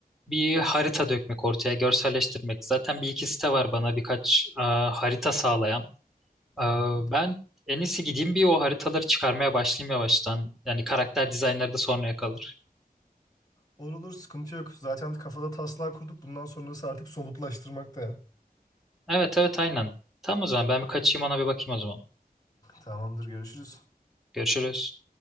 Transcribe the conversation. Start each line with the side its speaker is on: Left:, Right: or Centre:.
Centre: bir harita dökmek ortaya, görselleştirmek. Zaten bir iki site var bana birkaç e, harita sağlayan. Ee,
Left: Hı hı.
Centre: Ben en iyisi gideyim bir o haritaları çıkarmaya başlayayım yavaştan. Yani karakter dizaynları da sonraya kalır.
Left: Olur olur sıkıntı yok. Zaten kafada taslağı kurduk. Bundan sonrası artık somutlaştırmakta ya.
Centre: Evet evet aynen. Tamam o zaman ben bir kaçayım ona bir bakayım o zaman.
Left: Tamamdır görüşürüz.
Centre: Görüşürüz.